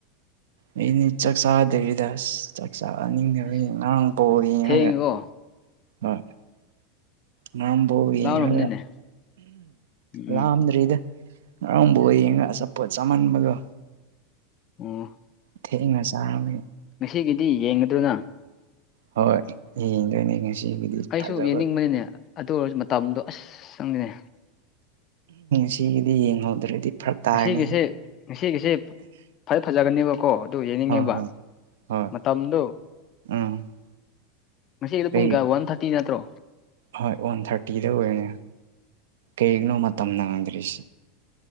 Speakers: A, on the right; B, on the left.
A: ꯑꯩꯅ ꯆꯥꯛ ꯆꯥꯗꯕꯤꯗꯁ ꯆꯥꯛ ꯆꯥꯅꯤꯡꯗꯕꯉꯥꯡ
B: ꯑꯁ
A: ꯄꯧ ꯌꯦꯡꯉꯒ
B: ꯊꯦꯡꯉꯦꯀꯣ
A: ꯍꯣꯏ ꯅꯕꯨꯧ ꯌꯦꯡꯉꯒ
B: ꯂꯥꯎꯔꯝꯅꯤꯅꯦ ꯎꯝ
A: ꯂꯥꯑꯝꯗ꯭ꯔꯤꯗ ꯉꯔꯥꯡꯕ ꯌꯦꯡꯉꯒ ꯑꯆꯥꯄꯣꯠ ꯆꯥꯃꯟꯕꯗꯣ
B: ꯎꯝ
A: ꯊꯦꯡꯅ ꯆꯥꯔꯃꯤ
B: ꯉꯁꯤꯒꯤꯗꯤ ꯌꯦꯡꯗꯨꯅ
A: ꯍꯣꯏ ꯌꯦꯡꯗꯣꯏꯅꯦ ꯉꯁꯤꯒꯤꯗꯤ
B: ꯑꯩꯁꯨ
A: ꯐꯖꯕ
B: ꯌꯦꯡꯅꯤꯡꯕꯅꯤꯅꯦ ꯑꯗꯨ ꯑꯣꯏꯔꯁꯨ ꯃꯇꯝꯗꯣ ꯑꯁ ꯆꯪꯉꯤꯅꯦ
A: ꯁꯤꯒꯤꯗꯤ ꯌꯦꯡꯍꯧꯗ꯭ꯔꯗꯤ ꯐꯔꯛ ꯇꯥꯔꯅꯤ
B: ꯉꯁꯤꯒꯤꯁꯤꯦ ꯉꯁꯤꯒꯤꯁꯦ ꯐꯔ ꯐꯖꯒꯅꯦꯕ ꯀꯣ ꯑꯗꯨ ꯌꯦꯡꯅꯤꯡꯉꯦꯕ
A: ꯍꯣꯏ ꯍꯣꯏ ꯍꯣꯏ
B: ꯃꯇꯝꯗꯨꯣ
A: ꯎꯝ
B: ꯃꯁꯤꯗꯣ
A: ꯀꯩ
B: ꯄꯨꯡ ꯀꯌꯥ ꯋꯥꯟ ꯊꯥꯔꯇꯤ ꯅꯠꯇ꯭ꯔꯣ
A: ꯍꯣꯏ ꯋꯥꯟ ꯊꯥꯔꯇꯤꯗ ꯑꯣꯏꯅꯤ ꯀꯩꯒꯤꯅꯣ ꯃꯇꯝ ꯅꯪꯗ꯭ꯔꯤꯁꯤ